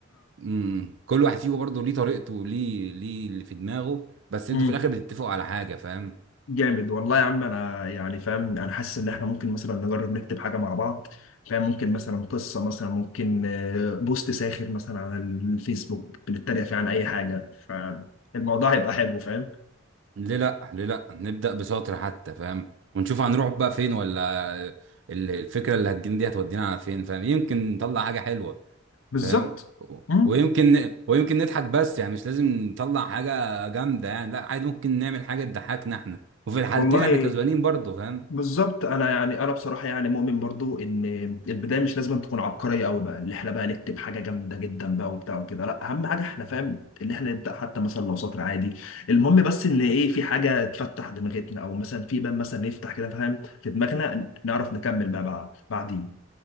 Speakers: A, on the right (about 65°); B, on the left (about 80°).
A: مم. كل واحد فيكم برضو ليه طريقته وليه ليه اللي في دماغه بس انتوا
B: اه
A: في الاخر بتتفقوا على حاجه فاهم
B: جامد والله يا عم انا يعني فاهم انا حاسس ان احنا ممكن مثلا نجرب نكتب حاجه مع بعض فاهم ممكن مثلا قصه مثلا ممكن آه، بوست ساخر مثلا على الفيسبوك بنتريق فيه عن اي حاجه فالموضوع هيبقى حلو فاهم
A: ليه لا ليه لا نبدأ بسطر حتى فاهم ونشوف هنروح بقى فين ولا ال- الفكرة اللي هتجيلنا دي هتودينا على فين فاهم يمكن نطلع حاجة حلوة
B: بالظبط
A: فاهم و-
B: مم.
A: ويمكن ويمكن نضحك بس يعني مش لازم نطلع حاجة جامدة يعني لا عادي ممكن نعمل حاجة تضحكنا احنا وفي الحالتين
B: والله
A: احنا كسبانين برضه فاهم
B: بالظبط انا يعني انا بصراحه يعني مؤمن برضو ان البدايه مش لازم تكون عبقريه قوي بقى اللي احنا بقى نكتب حاجه جامده جدا بقى وبتاع وكده لا اهم حاجه احنا فاهم ان احنا نبدا حتى مثلا لو سطر عادي المهم بس ان ايه في حاجه تفتح دماغتنا او مثلا في باب مثلا يفتح كده فاهم في دماغنا نعرف نكمل بقى, بقى بعدين